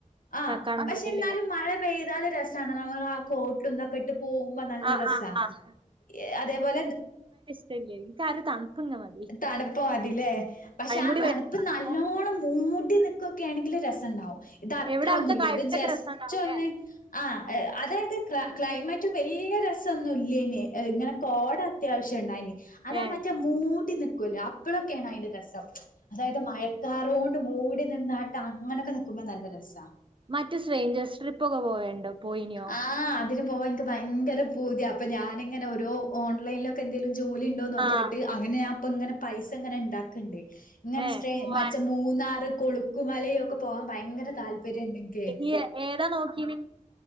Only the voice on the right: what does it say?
കക്കാടംപുഴേല്
ആഹ്
ആഹ് ആഹ്
ഇല്ല ഇല്ലേ എനിക്കാരോ തണിപ്പിങ്ങനെ മാ
കൂടി
വരുമ്പോ
എവിടെ അവിടുത്തെ
ക്ലൈമറ്റ്
ഒക്കെ രസണ്ടാവൂല്ലേ
ഏഹ്
മറ്റേ സ്ട്രേഞ്ചേഴ്സ് ട്രിപ്പ് ഒക്കെ പോയണ്ടോ പോയിനോ
ആഹ്
ഏഹ് പോവാനോ
ഈ ഏതാ നോക്കിന്